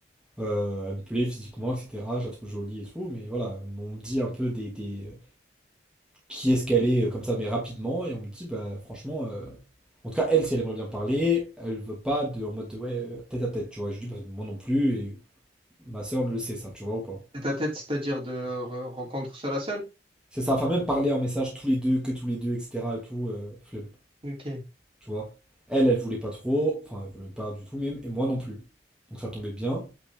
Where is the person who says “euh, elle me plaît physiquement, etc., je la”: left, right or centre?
Centre